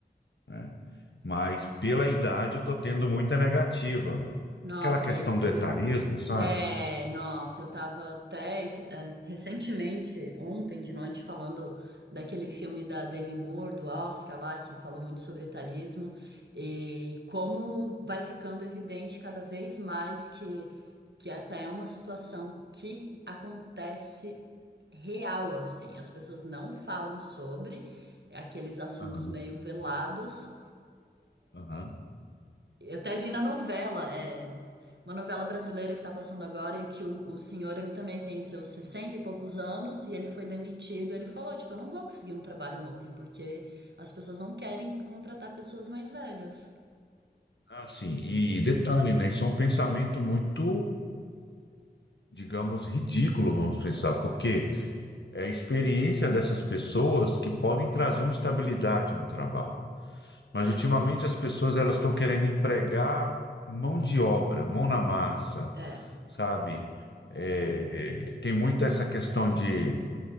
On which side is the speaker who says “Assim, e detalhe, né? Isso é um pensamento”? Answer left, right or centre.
Left